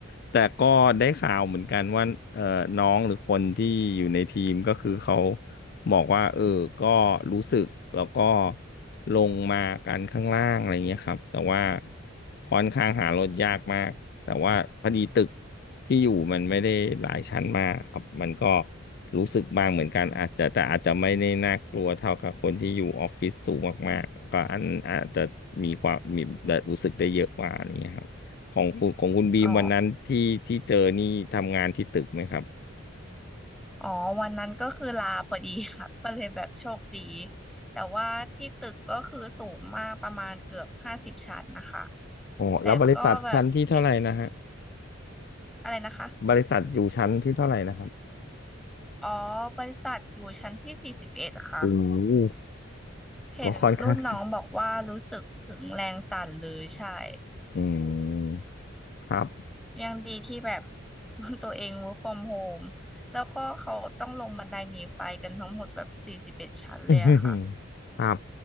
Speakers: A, on the left; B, in the centre.
A: แต่ก็ได้ข่าวเหมือนกันว่าเอ่อน้องหรือคนที่อยู่ในทีมก็คือเขาบอกว่าเออก็รู้สึกแล้วก็ลงมากันข้างล่างอะไรเงี้ยครับแต่ว่าค่อนข้างหารถยากมาก แต่ว่าพอดีตึกที่อยู่มันไม่ได้หลายชั้นมากครับมันก็รู้สึกบ้างเหมือนกันอาจจะแต่อาจจะไม่ได้น่ากลัวเท่ากับคนที่อยู่ออฟฟิศสูงมากๆก็อันอาจจะมีความมีรู้สึกได้เยอะกว่านี้ยครับของคุณของคุณบีมวันนั้นที่ที่เจอนี่ทำงานที่ตึกไหมครับ
B: อืมอ๋อ อ๋อวันนั้นก็คือลาพอดีค่ะ <laughs> ก็เลยแบบโชคดีแต่ว่าที่ตึกก็คือสูงมากประมาณเกือบห้าสิบชั้นนะคะ
A: อ๋อแล้วบริษัทชั้นที่เท่าไหร่นะฮะ
B: แต่ก็แบบเห็นอะไรนะคะ
A: บริษัทอยู่ชั้นที่เท่าไหร่นะครับ
B: อ๋อบริษัทอยู่ชั้นที่สี่สิบเอ็ดค่ะ
A: โอ้โห
B: เห็นรุ่นน้องบอกว่ารู้สึกถึงแรงสั่นเลยใช่
A: ก็ค่อนข้างสูงอืมครับ
B: ยังดีที่แบบ <laughs> ตัวเอง work from home แล้วก็เขาต้องลงบันไดหนีไฟกันทั้งหมดแบบสี่สิบเอ็ดชั้นเลยอะค่ะ
A: <laughs> อืมครับ